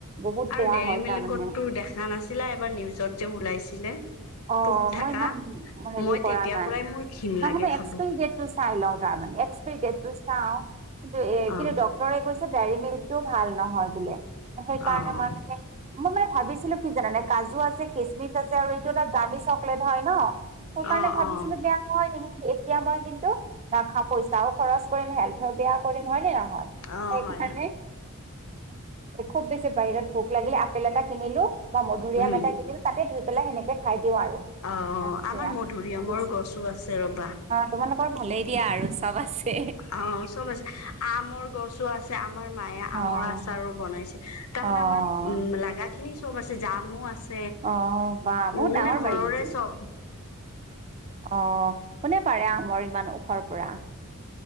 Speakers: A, on the right; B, on the left.
A: বহুত
B: আৰু
A: বেয়া
B: ডেৰী
A: হয়
B: মিল্কতো
A: তাৰমানে
B: দেখা নাছিলা এবাৰ নিউজত যে ওলাইছিলে
A: অ
B: পোক থাকা
A: মই ইমান হেৰি
B: মই
A: কৰা
B: তেতিয়াৰ
A: নাই
B: পৰাই মোৰ ঘিণ
A: নহ
B: লাগে খাব
A: এক্সপেৰি
B: অ',
A: দেট টো চাই লওঁ তাৰ এক্সপাই দেটটো চাও কিন্তু এ
B: অ',
A: কিন্তু ডক্তৰে কৈছে দেৰি মিল্ক টো ভাল নহয় বোলে সেইকাৰণে
B: অ',
A: মই মানে মই মানে ভাবিছিলো কি জানানে কাজু আছে কেচমিচ আছে আৰু এইটো দামি চকলেট হয় ন সেইকাৰণে
B: অ',
A: ভাবিছিলো
B: অ',
A: বেয়া নহয় নে এতিয়া মই কিন্তু নাখাও পইচা খৰচ কৰিম হেল্থ টো বেয়া কৰিম হয়নে নহয়
B: অ',
A: সেই
B: হয়,
A: কাৰণে
B: হয়
A: খুব বেছি বাহিৰত ভোক লাগিলে আপেল এটা কিনিলো বা মধুৰিআম
B: উম,
A: এটা কিনিলো তাতে ধূই পেলাই সেনেকে দিও আৰু
B: অ',
A: সেয়া
B: আমাৰ মধুৰিআমৰ
A: অ
B: গছো আছে ৰ'বা
A: তোমালোকৰ ভালেই দিয়া আৰু চব আছে।
B: অ চব আছে আমৰ গছো আছে আম আমাৰ মায়ে
A: অ',
B: আমৰ আচাৰো বনাইছে তাৰ
A: অ',
B: মানে আমাৰ উম লাগা খিনি চব আছে জামো আছে
A: অহ বা
B: উম
A: বহুত
B: মানে
A: ডাঙৰ
B: ঘৰৰে
A: বাৰী নেকি অ
B: চব
A: কোনে পাৰে আমৰ ইমান ওখৰ পৰা